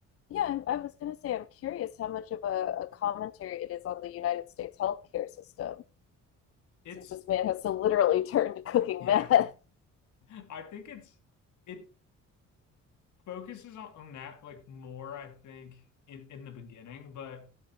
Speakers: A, on the left; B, on the left.
A: yeah, I, I was going to say, I'm curious how much of a, a commentary it is on the United States healthcare system,
B: It's
A: since this man has so literally <laughs> turned to cooking
B: yeah,
A: meth. <laughs>
B: <laughs> I think it's it focuses on, on that like more, I think, in in the beginning, but